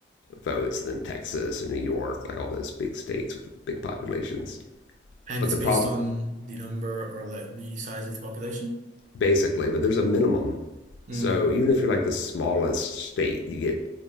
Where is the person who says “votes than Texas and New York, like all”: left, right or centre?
Left